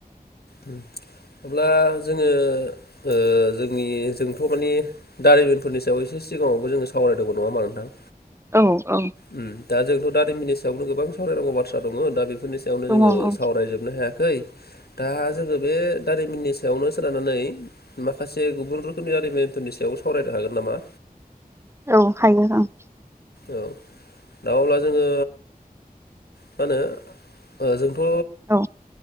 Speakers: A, on the left (about 85°); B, on the right (about 15°).
A: उम। अब्ला जोङो ओ जोंनि जोंथ' मानि दारिमिनफोरनि सायाव एसे सिगाङाव बो जों सावरायदोंमोन नङा होनबा नोंथां?
B: औ औ।
A: उम दा जोंथ' दाारिमिननि सायावनो गोबां सावरायनांगौ बाथ्रा दङ दा बेफोरनि सायावनो
B: दङ
A: जोङो सावरायजोबनो हायाखै। दा जोङो बे दारिमिननि सायावनो सोनारनानै माखासे गुबुन रोखोमनि दारिमिन <unintelligible> सायाव सावरायनो हागोन नामा।
B: औ हायो आं।
A: औ दा अब्ला जोङो मा होनो ओ जोंथ'
B: औ।